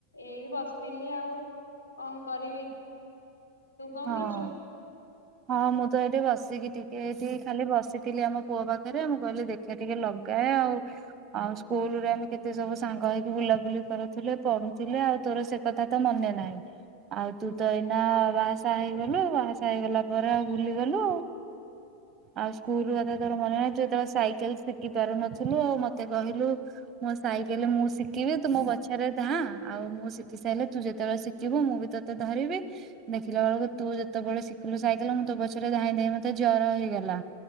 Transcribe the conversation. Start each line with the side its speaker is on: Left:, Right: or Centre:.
Left: ଏଇ ବସିଥିଲି ଆଉ। କଣ କରିବି? ତୁ କଣ
Right: ହଁ।
Left: କରୁଛୁ?
Right: ହଁ ମୁଁ ତ ଏଇଠି ବସିକି ଟିକେ ଏଠି ଖାଲି ବସିଥିଲି ଆମ ପୁଅ ପାଖରେ ମୁଁ କହିଲି ଦେଖେ ଟିକେ ଲଗାଏ ଆଉ ଆଉ ସ୍କୁଲରେ ଆମେ କେତେ ସବୁ ସାଙ୍ଗ ହେଇକି ବୁଲାବୁଲି କରୁଥିଲେ ପଢୁଥିଲେ ଆଉ ତୋର ସେ କଥା ତ ମନେ ନାହିଁ ଆଉ ତୁ ତ ଏଇନା ବା ହେଇଗଲୁ ବାସା ହେଇଗଲା ପରେ ଆଉ ଭୁଲି ଗଲୁ ଆଉ ସ୍କୁଲ କଥା ତର ମନେ ନାହି ତୁ ଯେତେବେଳେ ସାଇକେଲ ଶିଖି ପାରୁନଥିଲୁ ଆଉ ମତେ କହିଲୁ ମୋ ସାଇକେଲ ମୁଁ ଶିଖିବି ତୁ ମୋ ପଛାରେ ଧ ଆଉ ମୁଁ ଶିଖି ସାରିଲେ ତୁ ଯେତେବେଳେ ଶିଖିବୁ ମୁଁ ବି ତୋତେ ଧରିବି। ଶିଖିଲା ବେଳକୁ ତୁ ଯେତେବେଳେ ଶିଖିଲୁ ସାଇକେଲ ମୁଁ ତୋ ପଛରେ ଧାଇଁ ଧାଇଁ ମତେ ଜର ହେଇଗଲା